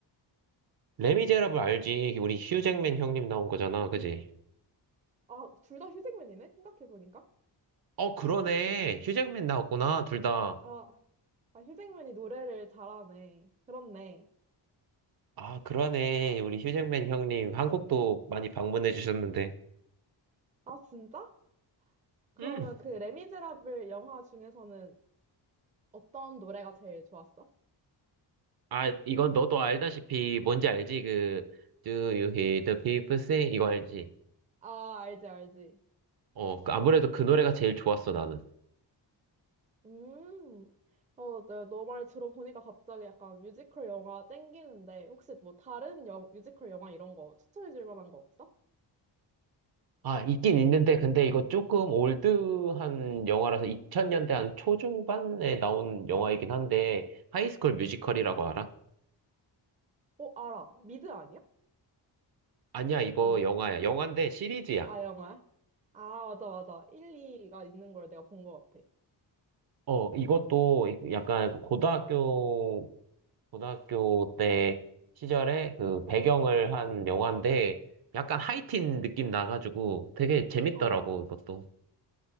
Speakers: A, on the right; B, on the right.
A: 레미제라블 알지? 우리 휴잭맨 형님 나온 거잖아, 그지?
B: 아, 둘 다 휴잭맨이네? 생각해보니까.
A: 어, 그러네.
B: 그치?
A: 휴잭맨 나왔구나, 둘 다.
B: 아, 아, 휴잭맨이 노래를 잘하네. 그렇네.
A: 아, 그러네. 우리 휴잭맨 형님 한국도 많이 방문해 주셨는데.
B: 아, 진짜? 그러면
A: 음.
B: 그 레미제라블 영화 중에서는 어떤 노래가 제일 좋았어?
A: 아, 이건 너도 알다시피 뭔지 알지? 그 Do you hear the people sing? 이거 알지?
B: 아, 알지, 알지.
A: 어, 그 아무래도 그 노래가 제일 좋았어, 나는.
B: 음, 어, 네, 너말 들어보니까 갑자기 약간 뮤지컬 영화 땡기는데, 혹시 뭐 다른 영, 뮤지컬 영화 이런 거 추천해줄 만한 거 없어?
A: 아, 있긴 있는데 근데 이거 조금 올드한 영화라서 2000년대 한 초중반에 나온 영화이긴 한데 하이스쿨 뮤지컬이라고 알아?
B: 어, 알아. 미드 아니야?
A: 아니야, 이거
B: 아닌가?
A: 영화야. 영화인데 시리즈야.
B: 아, 영화야? 아, 맞아, 맞아. 일 이가 있는 걸 내가 본 것 같아.
A: 어, 이것도 약간 고등학교 고등학교 때 시절에 그 배경을 한 영화인데 약간 하이틴 느낌 나가지고 되게 재밌더라고,
B: 어.
A: 이것도.